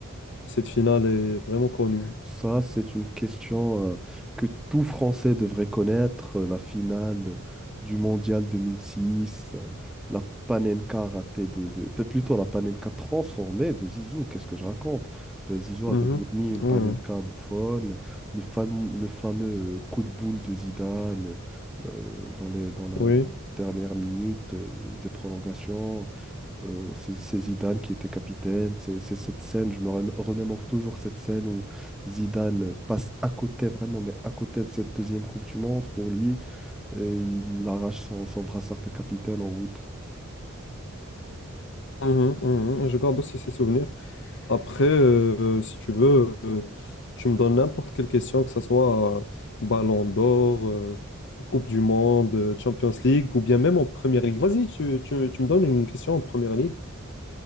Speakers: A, on the left; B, in the centre.
A: cette finale est vraiment connue.
B: ça c'est une question euh, que tout Français devrait connaître, euh, la finale euh, du Mondial 2006, euh, la Panenka ratée de, de- peu- plutôt la Panenka transformée de Zizou, qu'est-ce que je raconte? Ben, Zizou avait
A: Mhm.
B: mi- mis une
A: Oui,
B: Panenka bouffonne, le, fam- le fameux euh, coup de boule de Zidane euh, dans les, dans la
A: oui.
B: dernière minute euh, des prolongations. Euh, c'est c'est Zidane qui était capitaine. C'est c'est cette scène, je me remé- remémore toujours cette scène où Zidane passe à côté, vraiment, mais à côté de cette deuxième Coupe du Monde pour lui, et il arrache son, son brassard de capitaine en route.
A: Mhm, mhm. Je garde aussi ces souvenirs. Après, euh, si tu veux, euh, tu me donnes n'importe quelle question, que ce soit euh, Ballon d'Or, euh, Coupe du Monde, euh, Champions League, ou bien même en Première Ligue. Vas-y, tu, tu- tu me donnes une question en Première Ligue.